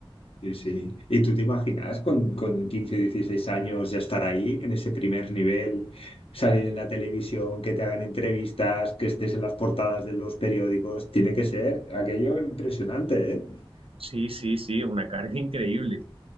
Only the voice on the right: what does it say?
Sí, sí, sí, una carga increíble.